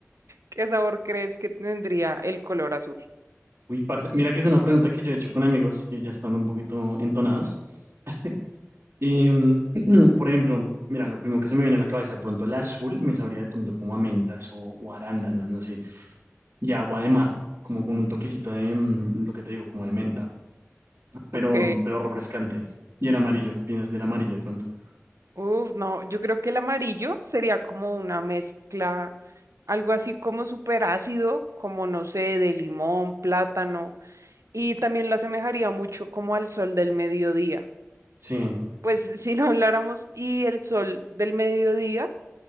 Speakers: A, on the right; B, on the right.
A: ¿Qué sabor crees que tendría el color azul?
B: Uy, parce, mira que es una pregunta que yo he hecho con amigos y ya están un poquito entonados. <laughs> Y, mm, <clears throat> por ejemplo, mira, lo primero que se me viene a la cabeza, de pronto el azul me sabría de pronto como a mentas o, o arándanos, no sé, y agua de mar, como con un toquecito de, mm, lo que te digo, como de menta, pero,
A: Ok.
B: pero refrescante. Y el amarillo, ¿qué piensas del amarillo de pronto?
A: Uf, no, yo creo que el amarillo sería como una mezcla, algo así como súper ácido, como no sé, de limón, plátano, y también lo asemejaría mucho como al sol del mediodía.
B: Sí,
A: Pues <laughs> si lo habláramos y el sol del mediodía